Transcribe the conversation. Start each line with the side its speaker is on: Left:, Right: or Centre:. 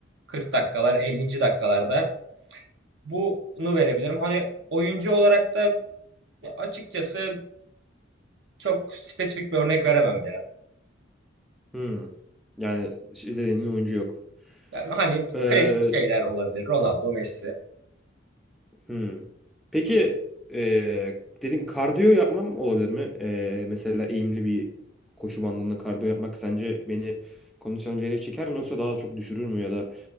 Right: 40 dakikalar, 50. dakikalarda bunu verebilirim. Hani oyuncu olarak da açıkçası çok spesifik bir örnek veremem ya.
Centre: Hmm. Yani hiç izlediğin oyuncu yok.
Right: Yani hani
Centre: Ee,
Right: klasik şeyler olabilir. Ronaldo, Messi.
Centre: Hmm. Peki
Right: Hı hı.
Centre: eee dedin kardiyo yapmam olabilir mi? Eee, mesela eğimli bir koşu bandında kardiyo yapmak sence beni kondisyonu bir yere çeker mi yoksa daha çok düşürür mü ya da